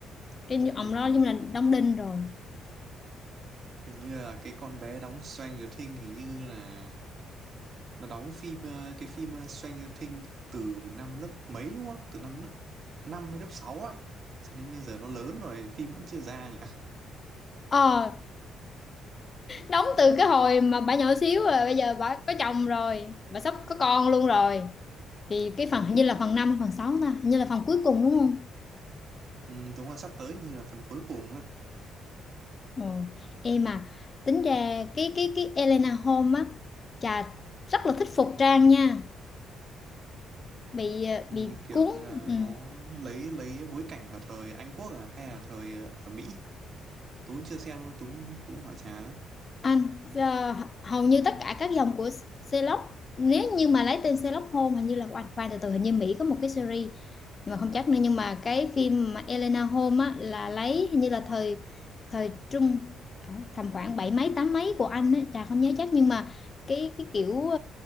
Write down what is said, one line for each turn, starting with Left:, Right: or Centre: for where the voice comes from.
Left: cái
Right: ừ
Left: ông đó giống
Right: đúng rồi
Left: như là đóng đinh rồi
Right: hình như là cái con bé đóng Stranger Things hình như là nó đóng phim ờ, cái phim ờ, Stranger Things từ năm lớp mấy đúng không từ năm lớp 5 hay lớp 6 á Sau đến bây giờ nó lớn rồi phim vẫn chưa ra nhỉ
Left: ờ đóng từ cái hồi mà bà nhỏ xíu rồi bây giờ bà có chồng rồi bà sắp có con luôn rồi thì cái
Right: đúng
Left: phần hình
Right: rồi
Left: như là phần 5 hay phần 6 ta hình như là phần cuối cùng đúng không
Right: ừ, đúng rồi sắp tới như là phần cuối cùng ấy
Left: Ồ, em mà tính ra cái cái cái Elena Holmes á chà rất là thích phục trang nha bị ờ,
Right: Ừm,
Left: bị
Right: kiểu
Left: cuốn
Right: như là
Left: ừ.
Right: nó lấy lấy bối cảnh ở thời Anh Quốc à hay là thời ở Mỹ Tú cũng chưa xem đâu, Tú cũng, cũng hỏi Trà đó
Left: anh ờ, hầu như tất cả các dòng của Sherlock nếu như mà lấy tên Sherlock Holmes hình như là anh khoan từ từ hình như Mỹ có một cái series nhưng mà không chắc nữa nhưng mà cái phim mà Elena Holmes á là lấy hình như là thời thời trung phải tầm khoảng bảy mấy tám mấy của anh ấy, Trà không nhớ chắc nhưng mà cái cái kiểu uh,